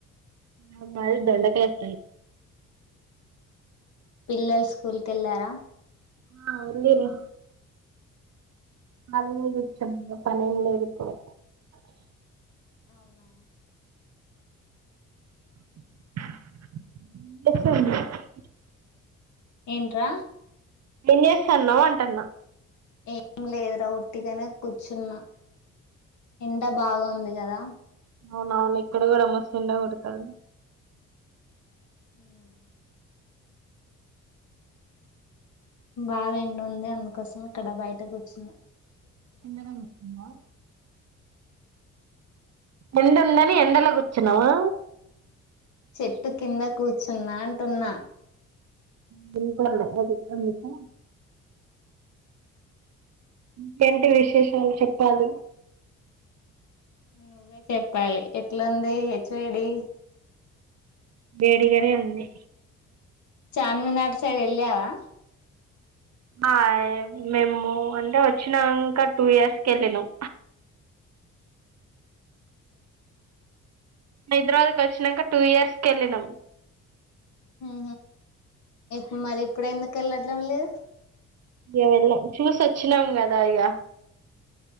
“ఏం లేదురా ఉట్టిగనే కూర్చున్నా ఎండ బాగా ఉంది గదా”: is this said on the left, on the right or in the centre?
Left